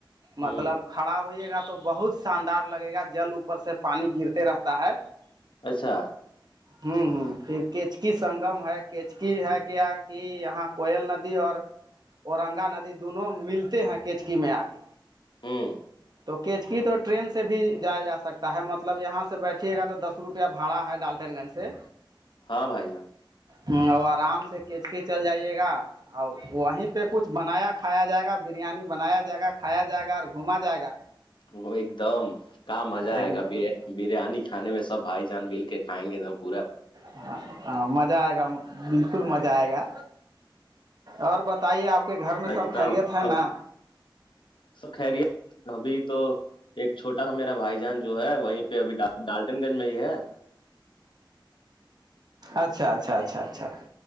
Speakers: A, on the left; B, on the right.
A: ہوں
B: مطلب کڑا ہوے گا تو بہت شاندار لگے گا جل اوپر سے پانی گرتے رہتا ہے
A: اچھا
B: ہاں ہوں ہوں پھر کیچکی سنگم ہے کیچکی ہے کیا کی یہاں کوئل ندی ند اور اورنگا ندی دونوں ملتے ہیں کیچکی میں آ کے
A: ہوں
B: تو کیچکی تو ٹرین سے بھی جایا جا سکتا ہے مطلب یہاں سے بیٹھیے گا تو دس روپیہ باڑا ہے ڈالٹین گنج سے
A: ہاں بائی جان
B: ہ اور آرام سے کچک چل جائیے گا ا وہیں پہ کچھ بنایا کھایا جائے گا بریانی بنایا جائے گا کھایا جائے گا اور گھما جائے گا
A: وہ ایک دم کہاں مزہ
B: ایک
A: آئے
B: دم
A: گا بریانی کھانے میں سب بھائی جان مل کے کھائیں گے د پورا
B: ہاں ہاں مزہ آئے گا بالکل مزہ آئے گا اور بتائیے آپ کے گھر میں
A: ایک
B: سب
A: دم
B: خیریت ہے
A: اب
B: نا
A: سب خری ہےت ابھی تو ایک چھوٹا سا میرا بھائی جان جو ہے وہیں ابھی ڈالٹن گنج میں ہی ہے
B: اچھا اچھا اچھا اچھا